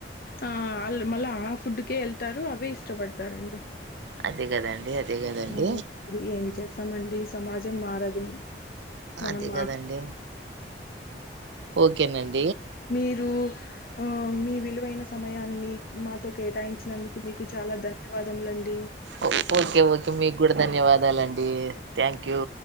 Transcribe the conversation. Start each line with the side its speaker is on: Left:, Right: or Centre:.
Left: ఆ వా మళ్ళా ఆ ఫుడ్కే వెళ్తారు అవే ఇష్టపడతారండి
Right: అదే కదండి అదే కదండి
Left: ఆ ఏం చేస్తామండి సమాజం మారదు మనం
Right: అదే
Left: మా
Right: కదండి ఓకేనండి
Left: మీరు ఆ మీ విలువైన సమయాన్ని మా తో కేటాయించినందుకు మీకు చాలా ధన్యవాదములండి
Right: ఓ- ఓకే ఓకే మీకు కూడా ధన్యవాదాలండి థ్యాంక్ యూ